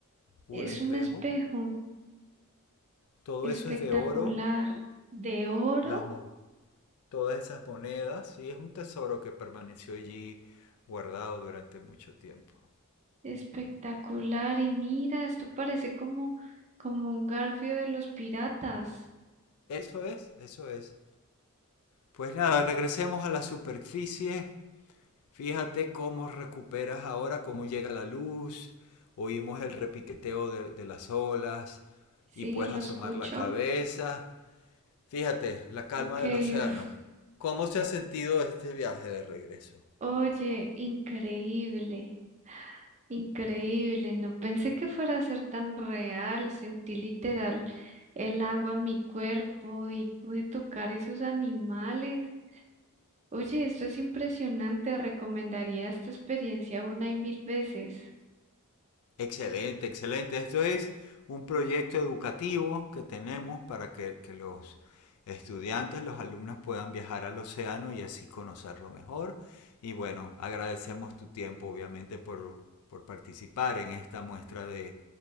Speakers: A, on the left (about 75°); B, on the right (about 30°).
A: un
B: Es
A: espejo.
B: un espejo
A: Todo
B: espectacular.
A: eso es de oro.
B: De oro.
A: Las mo- todas esas monedas. Sí, es un tesoro que permaneció allí guardado durante mucho tiempo.
B: Espectacular. Y mira, esto parece como, como un garfio de los piratas.
A: Eso es, eso es. Pues nada, regresemos a la superficie. Fíjate cómo recuperas ahora, cómo llega la luz. Oímos el repiqueteo de, de las olas
B: Sí,
A: y puedes
B: lo
A: asomar
B: escucho.
A: la cabeza Fíjate, la calma
B: Ok,
A: del océano.
B: uf.
A: ¿Cómo se ha sentido este viaje de regreso?
B: Oye, increíble, increíble. No pensé que fuera a ser tan real. Sentí literal el agua en mi cuerpo y pude tocar esos animales. Oye, esto es impresionante. Recomendaría esta experiencia una y mil veces.
A: Excelente, excelente. Esto es un proyecto educativo que tenemos para que, que los estudiantes, los alumnos puedan viajar al océano y así conocerlo mejor. Y bueno, agradecemos tu tiempo, obviamente, por, por participar en esta muestra de,